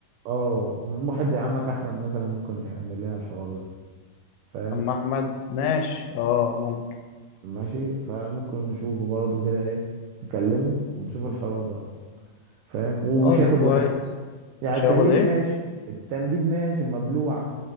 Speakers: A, on the right (about 80°); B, on the left (about 80°).
A: اه واحد زي عمك احمد مثلا ممكن يعمل لنا الحوار ده فاهم
B: اما احمد ماشي اه ممكن
A: ماشي فممكن نشوفه برضه كده ايه نكلمه ونشوف الحوار ده فاهم ومش
B: خلاص
A: هياخد
B: كويس
A: وقت يعني
B: مش
A: التنجيد
B: هياخد ايه
A: ماشي التنجيد ماشي مبلوعة